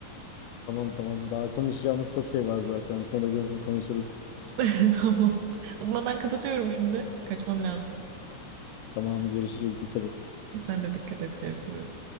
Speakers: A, on the left (about 85°); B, on the right (about 80°).
A: Tamam tamam daha konuşacağımız çok şey var zaten. Sonra bunu konuşuruz.
B: <laughs> Tamam o zaman ben kapatıyorum şimdi kaçmam lazım
A: Tamam görüşürüz. Dikkat et.
B: sen de dikkat et görüşürüz.